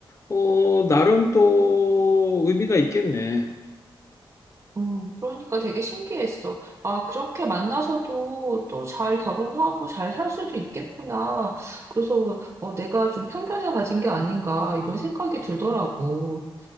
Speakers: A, on the left; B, on the right.
A: 어 나름 또 의미가 있겠네.
B: 음, 그러니까 되게 신기했어. 아, 그렇게 만나서도 또 잘 결혼하고 잘 살 수도 있겠구나. 그래서 어, 내가 좀 편견을 가진 게 아닌가 이런 생각이 들더라고.